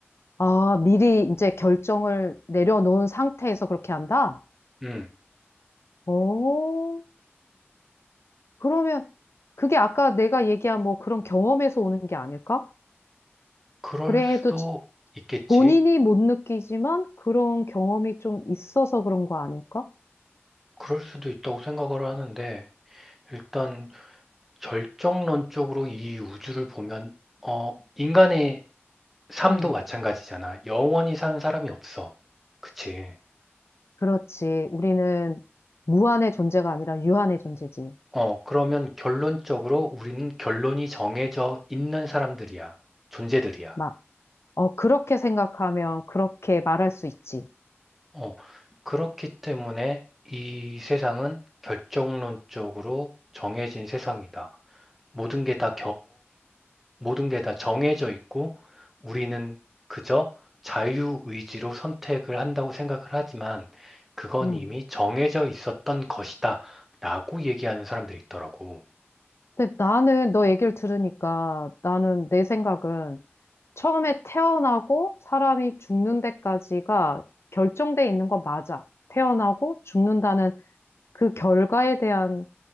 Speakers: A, on the left; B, in the centre.
A: 아, 미리 이제 결정을 내려놓은 상태에서 그렇게 한다?
B: 음,
A: 오, 그러면 그게 아까 내가 얘기한 뭐 그런 경험에서 오는 게 아닐까?
B: 그럴
A: 그래도
B: 수도
A: 지-
B: 있겠지.
A: 본인이 못 느끼지만 그런 경험이 좀 있어서 그런 거 아닐까?
B: 그럴 수도 있다고 생각을 하는데, 일단 절정론적으로 이 우주를 보면 어 인간의 삶도
A: 어,
B: 마찬가지잖아. 영원히 사는 사람이 없어. 그치?
A: 그렇지. 우리는 무한의 존재가 아니라 유한의 존재지.
B: 어 그러면 결론적으로 우리는 결론이 정해져 있는 사람들이야. 존재들이야.
A: 막, 어, 그렇게 생각하면 그렇게 말할 수 있지.
B: 어 그렇기 때문에 이 세상은 결정론적으로 정해진 세상이다. 모든 게다 모든 게 다 정해져 있고 우리는 그저 자유의지로 선택을 한다고 생각을 하지만 그건
A: 음.
B: 이미 정해져 있었던 것이다 라고 얘기하는 사람들이 있더라고.
A: 근데 나는 너 얘기를 들으니까 나는 내 생각은 처음에 태어나고 사람이 죽는 데까지가 결정돼 있는 건 맞아. 태어나고 죽는다는 그 결과에 대한